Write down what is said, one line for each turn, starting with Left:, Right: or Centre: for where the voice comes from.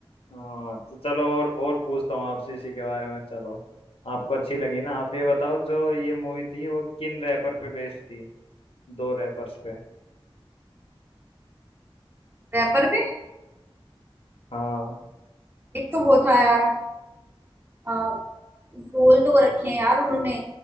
Left: हाँ तो चलो और और पूछता हूँ आपसे इसी के बारे में चलो आपको अच्छी लगी ना आप ये बताओ जो ये मूवी थी वो किन रैपर पे बेस्ड थी दो रैपर्स पे
Right: रैपर पे
Left: हाँ
Right: एक तो वो था यार रोल तो वो रखे हैं यार उन्होंने